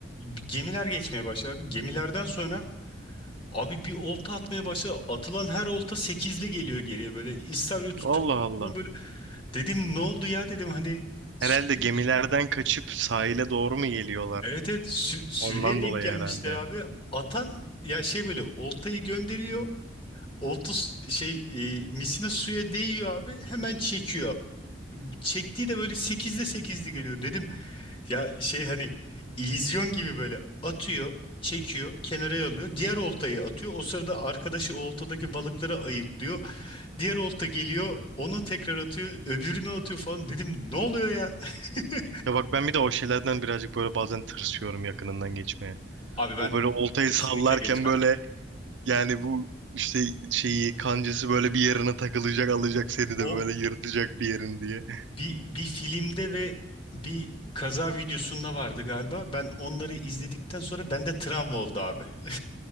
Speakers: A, on the left; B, on the right.
A: gemiler geçmeye başladı. Gemilerden sonra Abi bir olta atmaya başla. Atılan her olta sekizli geliyor geriye böyle. İstavrit tutuyorlar
B: Allah Allah.
A: falan böyle. Dedim ne oldu ya dedim hani sü-
B: Herhalde gemilerden kaçıp sahile doğru mu geliyorlar?
A: evet evet sü- sürüye
B: Ondan
A: denk
B: dolayı
A: gelmişler
B: herhalde.
A: abi. Atan ya şey böyle oltayı gönderiyor. Olta s- şey e, misina suya değiyor abi. Hemen çekiyor. Çektiği de böyle sekizli sekizli geliyor. Dedim ya şey hani illüzyon gibi böyle atıyor. Çekiyor, kenara alıyor. Diğer oltayı atıyor. O sırada arkadaşı o oltadaki balıkları ayıklıyor. Diğer olta geliyor, onu tekrar atıyor, öbürünü atıyor falan. Dedim ne oluyor ya? <laughs>
B: Ya bak ben bir de o şeylerden birazcık böyle bazen tırsıyorum yakınından geçmeye.
A: Abi ben
B: O böyle oltayı
A: kesinlikle
B: sallarken
A: geçmem.
B: böyle yani bu işte şeyi kancası böyle bir yerine takılacak alacak seni
A: O
B: de böyle yırtacak bir yerin diye.
A: bir, bir filmde ve bir kaza videosunda vardı galiba. Ben onları izledikten sonra bende travma oldu abi. <laughs>